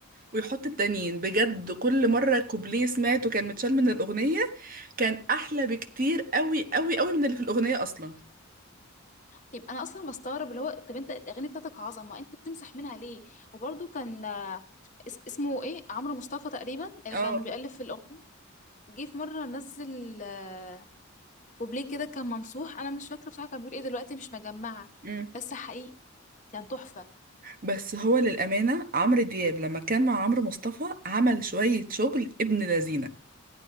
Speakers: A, on the right; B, on the left.
A: ويحط التانيين بجد كل مرة كوبليه سمعته كان متشال من الأغنية كان أحلى بكتير قوي قوي قوي من اللي في الأغنية أصلا
B: يبقى انا اصلا بستغرب اللي هو طب انت الاغاني بتاعتك عظمه انت بتمسح منها ليه وبرده كان آه، اس- اسمه ايه عمرو مصطفى تقريبا اللي
A: اه
B: كان بيألف في الاغنيه جه في مره نزل آه، كوبليه كده كان ممسوح انا مش فاكره بصراحه كان بيقول ايه دلوقتي مش مجمعه
A: مم.
B: بس حقيقي كان تحفه
A: بس هو للأمانة عمرو دياب لما كان مع عمرو مصطفى عمل شوية شغل ابن لذينة